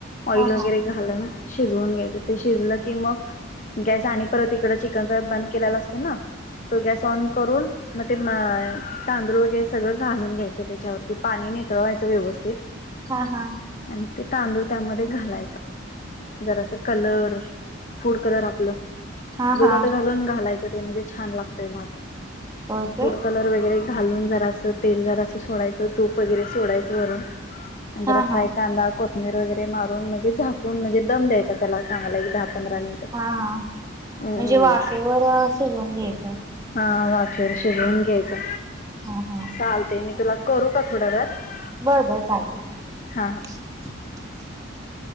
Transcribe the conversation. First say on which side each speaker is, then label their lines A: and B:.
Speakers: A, on the left; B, on the right.
A: ऑइल
B: हा
A: वगैरे घालायचं. शिजवून घ्यायचं. ते शिजलं की मग गॅस आणि परत मग इकडे चिकन बंद केलेलं असतं ना? तो गॅस ऑन करून. मग ते मा तांदूळ वगैरे सगळं घालून घ्यायचं त्याच्यावरती पाणी निथळवायचं व्यवस्थित.
B: हा हा.
A: आणि ते तांदूळ त्यामध्ये घालायच, जरा असं कलर, फूड कलर आपला ते
B: हा हा
A: दुधात
B: हा
A: घालून घालायचं ते म्हणजे छान लागतय भात
B: होय काय
A: फूड कलर वगैर घालून जरा असं तेल जरास, सोडायच तूप वगैरे सोडायचं वरून. आणि जरा
B: हा हा
A: फ्राय कांदा, कोथिंबीर वगैरे मारून, म्हणजे झाकून दम द्यायचा त्याला चांगला एक दहा पंधरा मिनिटं.
B: हा हा म्हणजे
A: अम्म,
B: वाफेवर शिजवून घ्यायचं
A: हा वाचूर शिजवून घ्यायचा.
B: हा हा.
A: चालते मी तुला करू का थोड्या वेळात?
B: बरं बरं चालतय
A: हा हा
B: चालतय.